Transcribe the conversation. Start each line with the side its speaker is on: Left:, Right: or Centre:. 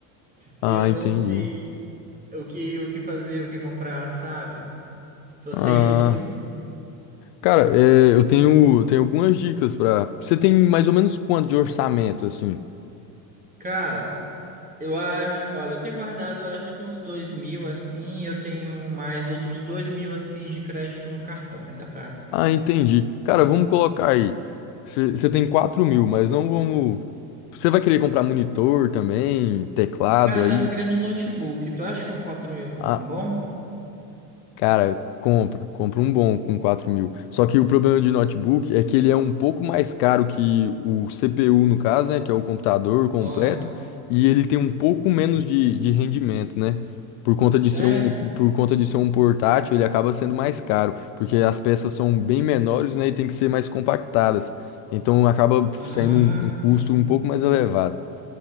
Right: E
Left: Ah,
Right: eu não
Left: entendi.
Right: sei o que, o que fazer, o que comprar, sabe? Só
Left: Ah,
Right: sei, eu tô perdido.
Left: cara, é, eu tenho, tenho algumas dicas pra... Você tem mais ou menos quanto de orçamento, assim?
Right: Cara, eu acho, olha, eu tenho guardado, eu acho que uns dois mil assim, e eu tenho mais outros dois mil assim de crédito no cartão que dá pra.
Left: Ah, entendi. Cara, vamos colocar aí. Você você tem quatro mil, mas não vamos... Você vai querer comprar monitor também, teclado
Right: Cara, eu
Left: aí?
Right: tava querendo um notebook. Tu acha que um quatro mil eu compro
Left: Ah,
Right: um bom?
Left: Cara, compra. Compra um bom com quatro mil. Só que o problema de notebook é que ele é um pouco mais caro que o CPU, no caso, né? Que é o computador completo.
Right: Ah,
Left: E ele tem um pouco menos de, de rendimento, né? Por conta de
Right: sério?
Left: ser um, por conta de ser um portátil, ele acaba sendo mais caro. Porque as peças são bem menores, né? E tem que ser mais compactadas. Então acaba
Right: Ah,
Left: saindo um, um custo
Right: caramba.
Left: um pouco mais elevado.